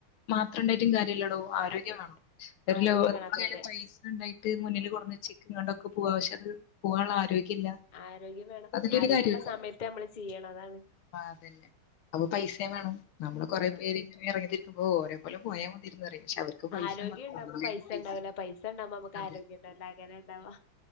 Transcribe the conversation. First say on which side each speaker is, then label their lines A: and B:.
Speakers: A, on the left; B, on the left.
A: മാത്രം ഉണ്ടായിട്ടും കാരമില്ലാട്ടോ ആരോഗ്യം
B: കാര്യം
A: വേണം
B: ആരോഗ്യം
A: <inaudible>
B: വേണം അതെ അതെ
A: പൈസ ഉണ്ടായിട്ട് മുന്നിൽ കൊണ്ടുവെച്ച് എങ്ങണ്ടൊക്കെ പോകവശ്യ അത് പോകാനുള്ള ആരോഗ്യം
B: ആരോഗ്യം വേണം
A: അതിന്റെ
B: ആരോഗ്യള്ള
A: ഒരു കാര്യമില്ല
B: സമയത്ത് നമ്മള് ചെയ്യണം അതാണ്
A: ആ അതന്നെ അപ്പൊ പൈസയും വേണം നമ്മള് കൊറെ
B: ആഹ്
A: പേര് ഇങ്ങന ഇറങ്ങിത്തിരിക്കുമ്പോ ഒരേ പോലെ പോയാ മതിന്ന് പറയും പക്ഷെ അവർക്ക് പൈസ
B: ആരോഗ്യം
A: ഉണ്ട
B: ഉണ്ടാവുമ്പോ
A: പൈസ
B: ഉണ്ടാവൂല പൈസ ഉണ്ടാവുമ്പോ നമുക്ക്
A: അതെ
B: ആരോഗ്യം ഉണ്ടാവില്ല അങ്ങനെ ഉണ്ടാവാ